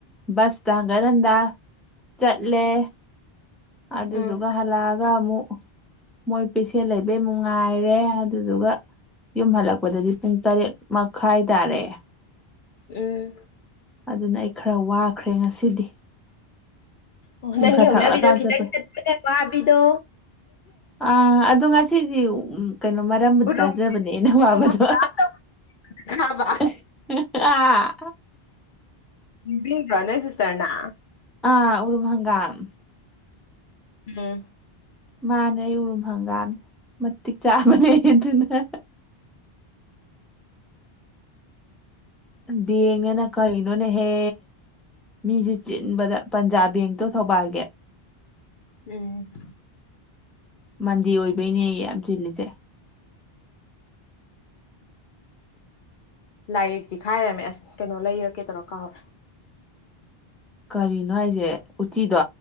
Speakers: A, in the centre; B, on the left.
A: ꯕꯁꯇ ꯍꯟꯒꯠ ꯍꯟꯗꯥ ꯆꯠꯂꯦ ꯑꯗꯨꯗꯨꯒ
B: ꯎꯝ
A: ꯍꯜꯂꯛꯑꯥꯒ ꯑꯃꯨꯛ ꯃꯣꯏ ꯄꯦꯁꯦꯟ ꯂꯩꯕꯩ ꯑꯃꯨꯛ ꯉꯥꯏꯔꯦ ꯑꯗꯨꯗꯨꯒ ꯌꯨꯝ ꯍꯜꯂꯛꯄꯗꯗꯤ ꯄꯨꯡ ꯇꯔꯦꯠ ꯃꯈꯥꯏ ꯇꯥꯔꯦ
B: ꯎꯝ
A: ꯑꯗꯨꯅ ꯑꯩ ꯈꯔ ꯋꯥꯈ꯭ꯔꯦ ꯉꯁꯤꯗꯤ
B: ꯑꯣ
A: ꯅꯨꯡꯁꯥ
B: ꯅꯪꯒꯤ ꯍꯧꯅꯕꯤꯗꯣ
A: ꯁꯥꯒꯠꯂꯀꯥꯟ
B: ꯈꯤꯇꯪ
A: ꯆꯠꯄꯩ
B: ꯆꯠꯄꯒ ꯋꯥꯕꯤꯗꯣ
A: ꯑ ꯑꯗꯣ ꯉꯁꯤꯗꯤ ꯎ ꯀꯩꯅꯣ ꯃꯔꯝꯕꯨꯗꯤ
B: ꯎꯔꯨꯝ
A: ꯆꯥꯖꯕꯅꯦ ꯑꯩꯅ ꯋꯥꯕꯗꯣ
B: ꯍꯪꯒꯥꯝ ꯇꯧꯈ꯭ꯔꯕ
A: ꯍꯦ ꯍꯥ
B: ꯕꯦꯕꯔꯥꯅꯦ ꯁꯤꯁꯇꯔꯅ
A: ꯑ ꯎꯔꯨꯝ ꯍꯡꯒꯥꯝ
B: ꯎꯝ
A: ꯃꯥꯅꯦ ꯑꯩ ꯎꯔꯨꯝ ꯍꯪꯒꯥꯝꯅꯦ ꯃꯇꯤꯛ ꯆꯥꯕꯅꯦ ꯑꯗꯨꯅ ꯕꯦꯟꯀ ꯅꯦꯅꯥ ꯀꯔꯤ ꯅꯣ ꯅꯥ ꯍꯦ ꯃꯤꯁꯦ ꯆꯤꯟꯕꯗ ꯄꯟꯖꯥꯕ ꯕꯦꯡꯛꯇꯣ ꯊꯧꯕꯥꯜꯒꯤ
B: ꯎꯝ
A: ꯃꯟꯗꯦ ꯑꯣꯏꯕꯩꯅꯦꯌꯦ ꯌꯥꯝ ꯆꯤꯜꯂꯤꯁꯦ
B: ꯂꯥꯏꯔꯤꯛ ꯆꯤꯛꯈꯥꯏꯔꯝꯃꯦ ꯑꯁ ꯀꯩꯅꯣ ꯂꯩꯔ ꯀꯦ ꯇꯧꯔ ꯀꯥꯎꯔꯦ
A: ꯀꯔꯤꯅꯣ ꯍꯥꯏꯁꯦ ꯎꯆꯤꯗꯣ